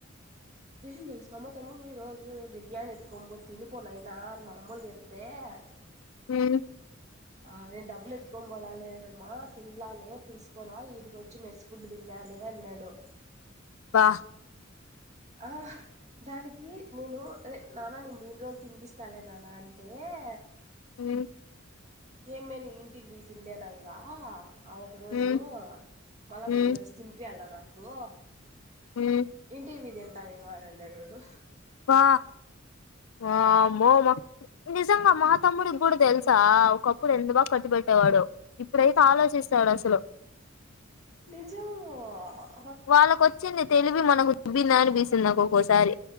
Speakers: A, on the right; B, on the left.
A: <inaudible>
B: హు
A: ఆ నేను డబ్బులెత్కని పోలాలి నమ్మా తిినాలనే తీసుకోరా ఇడికి వచ్చి మెస్ ఫుడ్ తిన్నాను తనే అన్నాడు
B: వాహ్
A: ఆహ్ దానికి నేను రె నానా నేన మెయిన్ రోజు పినిపిస్తాలే నాన్న అంటే కే
B: మ్
A: ఏమే న ఇంటికి వీటిల్ేనాంగా ఆ ఒక రోజు
B: హ్మ్
A: మళ్ళా
B: హ్మ్
A: నువ్వ ఏడొచ్చి తినిప అళ్ళ నాకు
B: హ్మ్
A: ఇంటి విదిింటా నేను అనందడు
B: వా ఆ మో మా నిజంగా మతమ్ముడి కూడా తెలుసా ఒకప్పుడు ఎంత బా కట్టు పెట్టేవాడు ఇప్పుడైతే ఆలోచిస్త చాలాసలు
A: నిజము
B: వాళ్ళకొచ్చింది తెలివి మనకు దుబ్బిందా అనిపిసిందికు ఒక్కోసారి